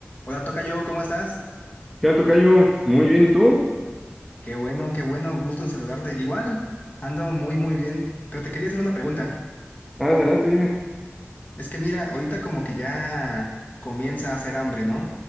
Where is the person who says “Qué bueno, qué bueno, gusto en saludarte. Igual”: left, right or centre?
Left